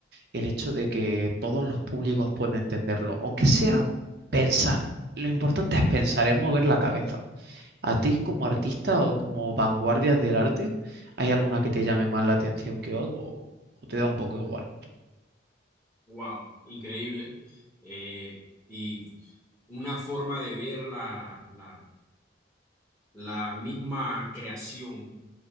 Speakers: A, on the right (about 55°); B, in the centre.
A: el hecho de que todos los públicos pueden entenderlo, aunque sea pensar. Lo importante es pensar, es mover la cabeza. ¿A ti como artista o como vanguardias del arte, hay alguna que te llame más la atención que otra o, o te da un poco igual?
B: Wow, increíble. Eh, y una forma de ver la, la, la misma creación